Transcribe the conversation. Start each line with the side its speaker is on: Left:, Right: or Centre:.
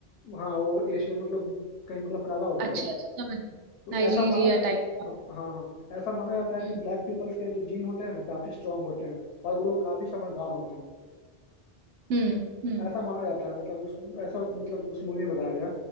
Left: हाँ वो एशियन मतलब कहीं मतलब काला होता
Right: है
Left: है
Right: अच्छा
Left: वो
Right: अच्छा समझ गई
Left: तो
Right: नाइजीरिया
Left: ऐसा माना
Right: टाइप का
Left: हाँ हाँ हाँ, ऐसा माना जाता है
Right: हम्म
Left: कि ब्लैक पीपल्स के जो जीन होते हैं ना काफी स्ट्रांग होते हैं और वो लोग काफी समझदार होते हैं
Right: हम्म हम्म
Left: ऐसा माना जाता है मतलब उस ऐसा होता- मतलब उस मूवी में बताया गया